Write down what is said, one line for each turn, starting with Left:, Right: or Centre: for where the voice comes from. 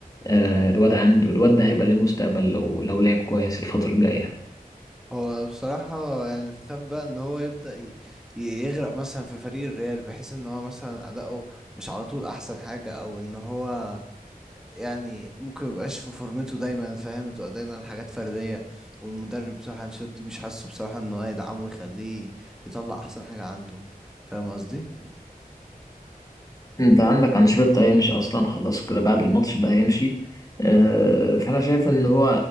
Left: آه الواد عنده الواد ده هيبقى ليه مستقبل لو لو لعب كويس الفترة الجاية
Centre: هو بصراحة يعني تخاف بقى ان هو يبدأ ي... ي- يغرق مثلا في فريق الريال بحيث ان هو مثلا اداؤه مش على طول احسن حاجة او ان هو يعني ممكن ميبقاش في فورمته دايما فاهم تبقى دايما حاجات فردية والمدرب بصراحة انشيلوتي مش حاسه بصراحة ان هو يدعمه ويخليه يطلع احسن حاجة عنده فاهم قصدي
Left: انت عندك انشيلوتي هيمشي اصلا خلاص كده بعد الماتش ده هيمشي آه، فانا شايف ان هو